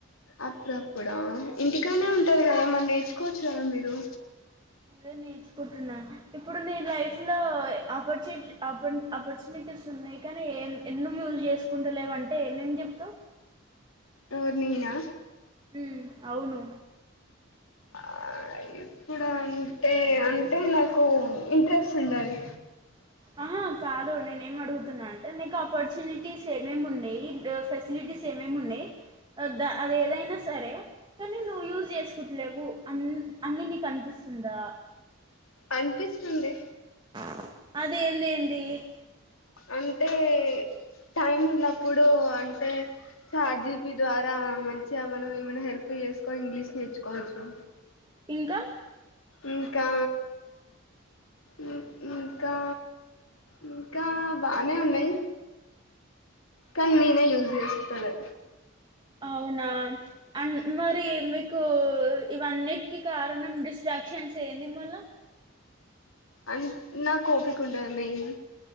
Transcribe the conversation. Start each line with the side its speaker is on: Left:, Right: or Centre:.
Left: అప్పుడప్పుడ ఆహ్, ఇంటికాడనె ఉంటది గద, మరి నేర్చు- కూర్చోర మీరు,
Right: అదె నేర్చుకుంటున్న, ఇప్పుడు నీ లైఫ్ లో ఆపర్చునిటి అపుడ్ ఆపర్చునిటీస్ ఉన్నయ్ కాని, ఎ నువ్ ఎన్ని యూజ్ జేసుకుంటలేవంటె ఏ మేమ్ చెప్తావ్
Left: ఎవర్ నేనా,
Right: హు అవును.
Left: ఆ ఇప్పుడ అంటె, అంటె నాకు ఇంట్రెస్ట్ ఉండాలి.
Right: ఆ కాదు నేన్ యేమ్ అడుగుతున్న అంటె, నీక్ ఆపర్చునిటీస్ ఏమేమి ఉన్నయ్ ఇంక ఈరోజ్, ఫెసిలిటీస్ ఏమేమ్ ఉన్నయ్? అద అది ఏదైన సరే, కాని నువ్వు యూజ్ చేసుకుట్లేవు, అన్ అన్ని నీకు అనిపిస్తుందా?
Left: అన్ పిస్తుంది.
Right: మ్యూజిక్ సౌండ్ అర్థం కాలేదు అదేందేంది.
Left: అంటే టైం ఉన్నప్పుడు, అంటె చార్జిపి ద్వార మంచిగ, మనం ఏమన్న హెల్ప్ జేస్ కోని ఇంగ్లీష్ నేర్చుకోవచ్చు.
Right: ఇంక
Left: యింకా ఇం ఇంకా యింకా బానె ఉన్నయ్ కాన్ నేనె జూస్ చేసుకోవటలె
Right: అవౌన అం మరి మీకు ఇవన్నిటికి కారణం, డిస్ట్రాక్షన్స్ ఏంది మళ్ళ
Left: అన్ నా కోపిక ఉండదు మెయ్